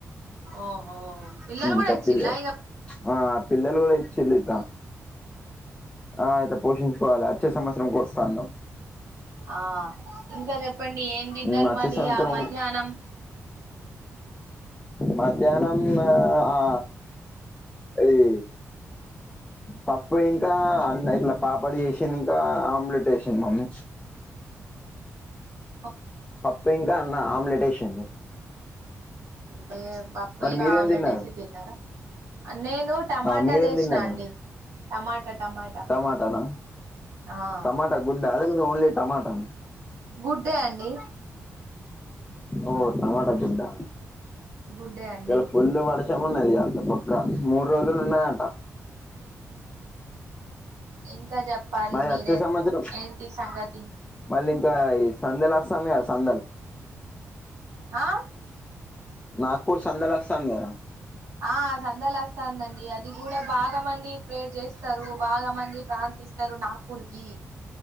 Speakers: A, on the right; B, on the left.
A: ఓహో పిల్లలు
B: ఇంత
A: కూడా ఇచిన్ల
B: పిల్ల
A: ఇగా
B: ఆ పిల్లలు కూడా ఇచిన్లు ఇంకా ఆ అయితే పోషించుకోవాలి ఆచ్చే సంవత్సరం కోస్తా అన్నాం
A: ఆ ఇంకా చెప్పండి ఏం తిన్నారు
B: మ్మ్ వచ్చే
A: మడి
B: సంవత్సరం
A: ఆ మధ్యాహ్నం
B: మధ్యాహ్నం ఆ ఇది పప్పు ఇంకా అ ఇట్లా పాపడి చేసింది ఇంకా ఆమ్లెట్ ఏసింది మమ్మీ
A: ఓ
B: పప్పు ఇంకా అన్న ఆమ్లెట్ ఏషింది
A: బే పప్పు
B: మరి
A: ఇంకా
B: మీరేం
A: ఆమ్లేట్
B: తిన్నారు
A: వేసి తిన్నారా నేను టమాటా
B: ఆ మీరేం
A: దేసిన
B: తిన్నారు
A: అండి
B: మరి
A: టమాటా టమాటా
B: టమాటానా
A: ఆ
B: టమాటా గుడ్డా లేకపోతే ఓన్లీ టమాటానా
A: గుడ్డే అండి
B: ఓ టమాటా గుడ్డా
A: గుడ్డే అండి
B: ఇయల ఫుల్లు వర్ష శం మున్నది అంత పక్క మూడు రోజులు ఉన్నాదంట
A: ఇంకా జేప్పాలి
B: మరి
A: మీరే
B: వచ్చే సంవత్సరం
A: ఏంటి సంగతి
B: మళ్ళీ ఇంకా ఈ సందల్ వస్తాన్నాయ సందల్
A: ఆ
B: నాగపూర్ సందేల్ అస్తంది కదా
A: ఆ సందల్ అస్ తందండి అది కూడా బాగా మంది ప్రేర్ చేస్తారు బాగా మంది ప్రార్థిస్ తరు నాగ్పూర్ కి